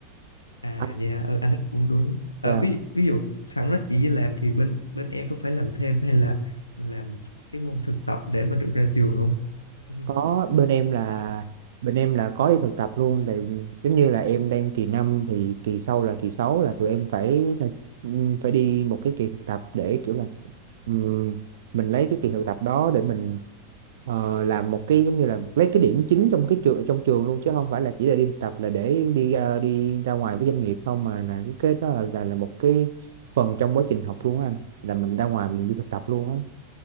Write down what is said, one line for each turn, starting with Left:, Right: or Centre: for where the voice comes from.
Left: à
Right: anh
Left: dạ ừ, anh thấy cũng đúng à,
Right: à,
Left: ví ví dụ sẵn nó chỉ làm thì bên bên em có phải làm thêm hay là làm cái môn thực tập để mà được ra trường không <laughs> Ừ.
Right: có bên em là bên em là có đi thực tập luôn thì giống như là em đang kỳ 5 thì kỳ sau là kỳ 6 là tụi em phải là, ừm, phải đi một cái kỳ thực tập để kiểu là ừm, mình lấy cái kỳ thực tập đó để mình ờ, làm một cái giống như là lấy cái điểm chính trong cái trường trong trường luôn chứ không phải là chỉ là đi thực tập là để đi ra- đi ra ngoài với doanh nghiệp không mà là cái cái đó là, là là một cái phần trong quá trình học luôn á anh là mình ra ngoài mình đi thực tập luôn á